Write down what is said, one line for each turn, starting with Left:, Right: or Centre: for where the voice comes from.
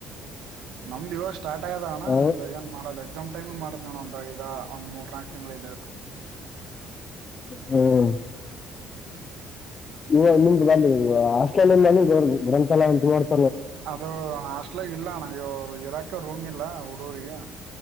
Right: ನಮ್ದ್ ಇವಾಗ ಸ್ಟಾರ್ಟ್ ಆಗದನ್ನ
Left: ಹ
Right: ಇವಾಗ ಏನ್ ಮಾಡಲ್ಲ ಟೈಮ್ ಮಾಡ ನಾನೊಂದು ಇದಾ ಒಂದ ಮೂರು ನಾಕು ತಿಂಗಳ ಇದು.
Left: ಹ್ಮ್ ಇವ ನಿಮ್ದ ಬ ಆಸ್ಟ ಗ್ರಂಥಾಲ ಉಟ ಮಾಡ <unintelligible>
Right: ಅದು ಹಾಸ್ಟೇಲಾಗ್ ಇಲ್ಲಣ ಇವರು ಇರಾ ರೂಮ್ ಇಲ್ಲಾ ಹುಡುಗರಿಗೆ